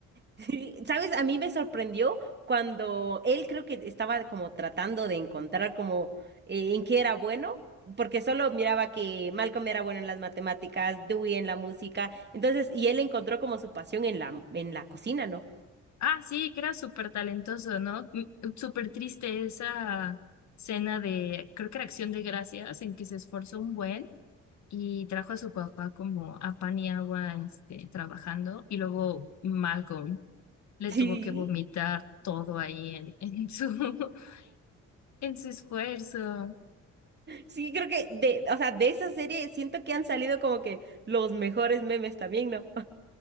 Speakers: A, on the right; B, on the left.
A: Sí, ¿Sabes? A mí me sorprendió cuando él creo que estaba como tratando de encontrar como eh, en qué era bueno, porque solo miraba que Malcolm era bueno en las matemáticas, Dewey en la música, entonces, y él encontró como su pasión en la, en la cocina, ¿no?
B: Ah, sí, que era súper talentoso, ¿no? Mm, Súper triste esa escena de, creo que era Acción de Gracias, en que se esforzó un buen y trajo a su papá como a pan y agua, este, trabajando, y luego Malcolm le
A: Sí,
B: tuvo que vomitar todo ahí en, en su, <laughs> en su esfuerzo.
A: sí, creo que de, o sea, de esa serie siento que han salido como que los mejores memes también, ¿no?